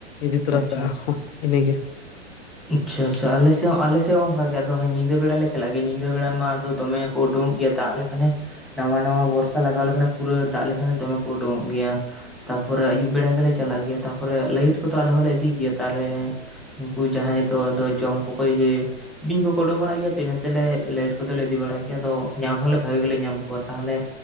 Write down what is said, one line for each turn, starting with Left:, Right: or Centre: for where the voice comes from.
Left: ᱤᱫᱤ ᱛᱚᱨᱟ
Centre: ᱟᱪᱪᱷᱟ
Left: ᱠᱟᱜᱼᱟ ᱦᱚᱸ ᱤᱱᱟᱹᱜᱮ᱾
Centre: ᱟᱪᱪᱷᱟ ᱟᱪᱪᱷᱟ ᱟᱞᱮ ᱥᱮᱫ ᱦᱚᱸ ᱟᱞᱮ ᱥᱮᱫ ᱦᱚᱸ ᱚᱱᱠᱟ ᱜᱮ ᱟᱫᱚ ᱦᱟ ᱧᱤᱫᱟᱹ ᱵᱮᱲᱟ ᱞᱮ ᱪᱟᱞᱟᱜ ᱜᱮᱭᱟ ᱧᱤᱫᱟᱹ ᱵᱮᱲᱟ ᱢᱟᱫᱚ ᱫᱚᱢᱮ ᱩᱰᱩᱝᱚᱜ ᱜᱮᱭᱟ ᱫᱟᱜ ᱞᱮᱠᱷᱟᱱᱮ᱾ ᱱᱟᱶᱟ ᱱᱟᱣᱟ ᱵᱚᱨᱥᱟ ᱞᱟᱜᱟᱣ ᱞᱮᱠᱷᱟᱱ ᱯᱩᱨᱟᱹ ᱫᱟᱜ ᱞᱮᱠᱷᱟᱱ ᱫᱚᱢᱮ ᱠᱚ ᱩᱩᱝᱚᱜ ᱜᱮᱭᱟ᱾ ᱛᱟᱨᱯᱚᱨᱮ ᱟᱹᱭᱩᱵ ᱵᱮᱲᱟ ᱜᱮᱞᱮ ᱪᱟᱞᱟᱜ ᱜᱮᱭᱟ, ᱛᱟᱨᱯᱚᱨᱮ ᱞᱟᱭᱤᱴ ᱠᱚᱫᱚ ᱟᱞᱮ ᱦᱚᱸᱞᱮ ᱤᱫᱤ ᱜᱮᱭᱟ ᱛᱟᱦᱚᱞᱮ ᱩᱱᱠᱩ ᱡᱟᱦᱟᱸᱭ ᱫᱚ ᱟᱫᱚ ᱡᱚᱢ ᱠᱚᱠᱚ ᱤᱭᱟᱹ ᱵᱤᱧ ᱠᱚᱠᱚ ᱩᱰᱩᱠ ᱵᱟᱲᱟᱜ ᱜᱮᱭᱟ ᱤᱱᱟᱹ ᱛᱮᱞᱮ ᱞᱟᱹᱭᱤᱴ ᱠᱚᱫᱞᱮ ᱤᱫᱤ ᱵᱟᱲᱟᱭ ᱜᱮᱭᱟ ᱟᱫᱚ ᱧᱟᱢ ᱦᱚᱸᱞᱮ ᱵᱷᱟᱜᱤ ᱜᱮᱞᱮ ᱧᱟᱢ ᱠᱚᱣᱟ ᱛᱟᱦᱚᱞᱮ